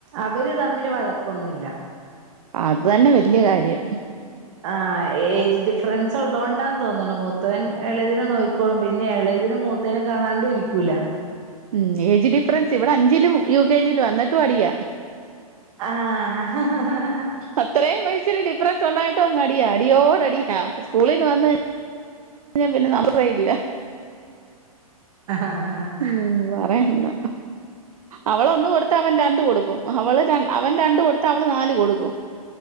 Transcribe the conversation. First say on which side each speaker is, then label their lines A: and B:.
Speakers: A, on the right; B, on the right.
A: ഇവര് തമ്മിൽ വഴക്കൊന്നുല്ല
B: അത് തന്നെ വലിയ കാര്യം.
A: ആഹ് ഏജ് ഡിഫറൻസ് ഉള്ളത് കൊണ്ടാന്ന് തോന്നണു മൂത്തവൻ എളയതിനെ നോക്കിക്കോളും പിന്നെ എളയതിനെ മൂ ത്തേനെ കാണാണ്ടും ഇരിക്കൂല്ല.
B: ഉം ഏജ് ഡിഫറൻസ് ഇവിടെ അഞ്ചിലും യു കെ ജിലും വാ എന്നിട്ടും അടിയാ.
A: ആഹ്
B: അത്രേയും വയസ്റ്റിന്ഡിഫ്രൻസ് ഉണ്ടായിട്ട് അങ് അടിയാ അടിയോടടി ആഹ് സ്കൂളിൽന്ന് വന്ന് വന്നാ പിന്നെ നമ്മക്ക് വഴി ഇല്ല
A: അഹാ ഹാ ഹാ
B: ഉം പറയാൻ ഇല്ല അവള് ഒന്ന് കൊടുത്ത അവൻ രണ്ട് കൊടുക്കും അവള് അവൻ രണ്ട് കൊടുത്ത് അവള് നാല് കൊടുക്കും